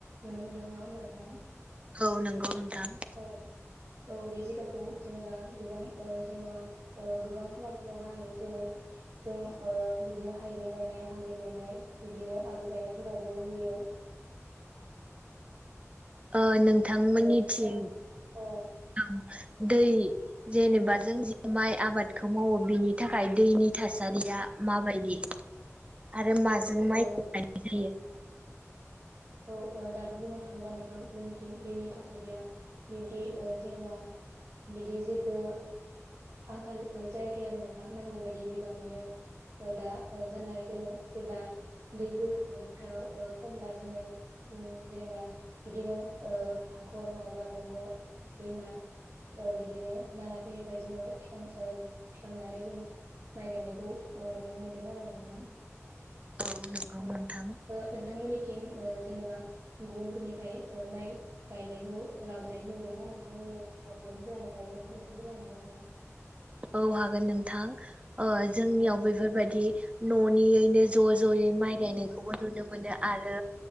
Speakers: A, on the right (about 75°); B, on the right (about 25°).
A: नुनो मोनदों नङा होमबा नोंथां।
B: औ नंगौ नोंथां।
A: औ औ बे जायगाखौ जेनेबा गोबां जेनेबा गोबां खामानिफोराव बाहायो जेरै जों ओ बिदिनो हायजें गायनाय हाल्दै गायनाय बिदिनो आलु गायनायफोरावबो होयो।
B: ओ नोंथांमोननि
A: ओ ओ नोंथां
B: थिं
A: औ
B: औ। दै जेनेबा जों। माइ
A: औ
B: आबादखौ मावो। बिनि थाखाय दैनि थासारिया माबायदि। आरो माजों
A: औ
B: माइखौ
A: ओ
B: गायनाय जायो।
A: औ औ दाथबुंनो थाङोब्ला नोंथां जोंनिथिं दैनि थासारिया बिब्दि जेनेबा बिदि जेबो आंखाल जायाखै आरो नोंथां नांगौ बदि बिबांनिनो दा जानानै दङो जेब्ला दैफोर फोथाराव खमब्ला जोङो। जेनेबा बिदिनो ओ हाखर नङाबा दंग दैमा ओ बिदिनो नालाफोरनिफ्राय जोङो थिखांनानै जों माइ गायनायखौ नुनो मोनदों आरो नोंथां।
B: औ नंगौ
A: औ
B: नोंथां
A: नोंथांमोननि। थिं जेनेबा गुबुनफोरनिफ्राय माइ गायनायखौ लाबोनायखौ नुदोंनाा नोंथांमोननि नखरनिफोरानो गायो नोंथां एसे फोरमायनो हागोन नामा।
B: औ हागोन नोंथां। ओ जोंनियाव
A: औ
B: बेफोरबायदि। न'नियैनो ज' ज'यै माइ गायनायखौबो नुनो मोनो आरो।